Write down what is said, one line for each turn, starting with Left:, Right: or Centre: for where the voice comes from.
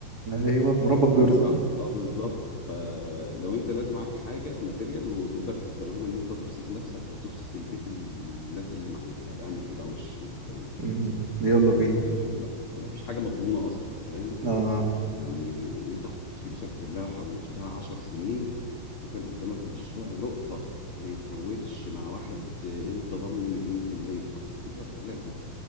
Right: ايوه وربك بيرزق
Left: فانا بقى اه بالظبط فلو انت دلوقتي معاك حاجه ماتيريال وتقدر تستخدمها ان انت تبسط نفسك او تبسط البيت الناس اللي معاك اعمل كده وش ما ت- ما
Right: مم.
Left: ت-
Right: يلا
Left: ما ت-
Right: بينا
Left: ما ت- ما فيش حاجه مضمونه اصلا فاهم
Right: آه
Left: يعني انت حطيت فلوسك كلها حوشتها عشر سنين وكان قدامك مشروع لقطه ما يتفوتش مع واحد انت ضامنه مليون في المية حطيت فلوسك كلها فيه